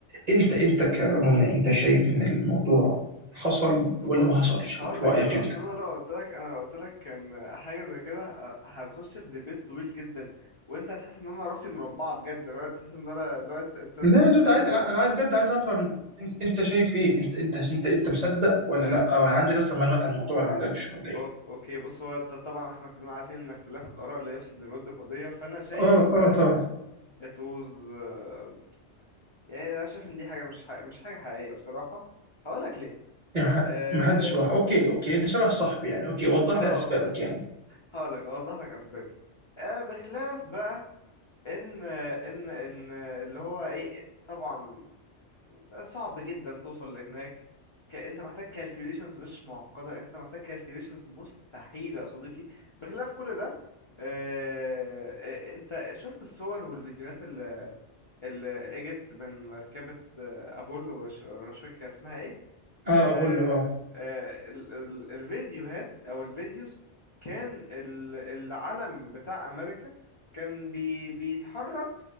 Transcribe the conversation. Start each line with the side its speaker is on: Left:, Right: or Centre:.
Right: أنت أنت كمهنا أنت شايف إن الموضوع حصل ولا
Left: بص
Right: ما حصلش
Left: هقول
Right: في
Left: لك
Right: رأيك
Left: انا
Right: أنت؟
Left: اصل انا لو قلت لك انا لو قلت لك كان حاجه زي كده ه- هنخش في ديبيت طويل جدا وانت هتحس ان انا راسي مربعه بجد انا تحس ان انا لو انت أنت ازاي
Right: لا
Left: بتلاقي
Right: يا دود عادي
Left: ده
Right: أنا أنا عايز- بجد عايز أفهم أن- أنت شايف إيه؟ أنت أنت أنت أنت مصدق ولا
Left: <laughs>
Right: لأ؟ ولا عندك أصلا معلومات عن الموضوع ولا ما عندكش ولا إيه؟
Left: أو- اوكي بص هو ط- طبعا احنا كلنا عارفين ان اختلاف الاراء لا يفسد للود قضيه فانا شايف
Right: آه
Left: ان
Right: آه طبعا
Left: it was آه، يعني انا شايف ان دي حاجه مش حاجة مش حاجه حقيقيه بصراحه هقول لك ليه
Right: يعني ح-
Left: اه
Right: محدش واحد أوكي أوكي أنت شبه صاحبي يعني أوكي وضح
Left: آه،
Right: لي أسبابك يعني
Left: هقول لك اوضح لك اسبابي آه بخلاف بقى ان ان ان اللي هو ايه طبعا صعب جدا توصل لهناك ك... انت محتاج كالكوليشنز مش معقده انت محتاج كالكوليشنز مستحيله يا صديقي بخلاف كل ده آه... آه، انت شفت الصور والفيديوهات اللي, اللي اجت من مركبه آه، ابولو مش أنا مش فاكر كان اسمها ايه
Right: آه
Left: آه...
Right: أقول له آه
Left: آه... ال... ال... الفيديوهات او الفيديوز كان ال... العلم بتاع امريكا كان بي... بيتحرك